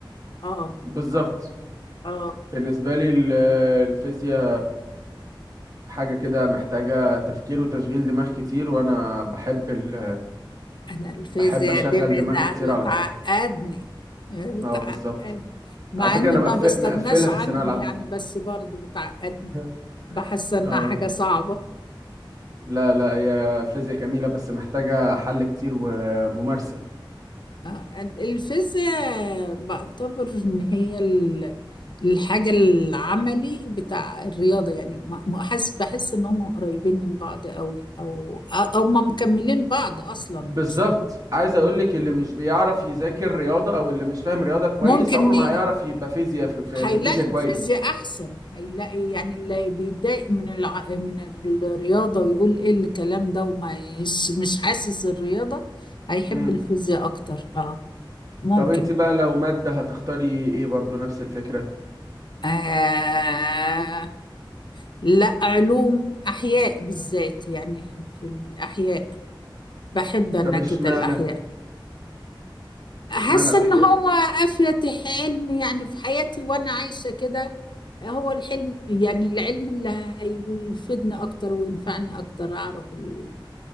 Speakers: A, on the left (about 60°); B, on the right (about 45°).
A: آه
B: بالظبط
A: آه
B: بالنسبة لي ال- الفيزياء حاجة كده محتاجة تفكير وتشغيل دماغ كتير وأنا بحب ال
A: أنا الفيزياء
B: بحب أشغل
A: دي بتع-
B: دماغي كتير
A: بتعقدني
B: على طول
A: بتعقد
B: اه بالظبط
A: مع
B: على فكرة
A: إني
B: أنا
A: ما
B: مقفل
A: بستغناش
B: مقفلها
A: عنها
B: في الثانوية العامة
A: يعني بس برضو بتعقدني
B: <laughs>
A: بحس إنها
B: اه
A: حاجة صعبة
B: لا لا هي فيزياء جميلة بس محتاجة حل كتير وممارسة
A: آه، الفيزياء بعتبر ان هي ال- الحاجة العملي بتاع الرياضة يعني ما- ما- حاسس بحس ان هم قريبين من بعض قوي او او ما مكملين بعض اصلا مش
B: بالظبط عايز أقولك اللي مش بيعرف يذاكر رياضة أو اللي مش فاهم رياضة كويس
A: ممكن
B: عمره
A: ي-
B: ما هيعرف يبقى فيزياء في, في,
A: هيلاقي
B: في الفيزياء كويس
A: الفيزياء احسن هيلاقي يعني اللي بيتضايق من الع... من الرياضة ويقول ايه الكلام ده وما يش- مش حاسس الرياضة هيحب
B: مم.
A: الفيزياء اكتر اه ممكن
B: طب انت بقى لو مادة هتختاري ايه برضو نفس الفكرة
A: آه لا علوم احياء بالذات يعني في الاحياء بحب انا
B: طب اشمعنى
A: كده الاحياء حاسه
B: اشمعنى الأحياء
A: ان هو افيد حلم يعني في حياتي وانا عايشه كده هو الحلم يعني العلم اللي هيفيدني اكتر وينفعني اكتر اعرف ال...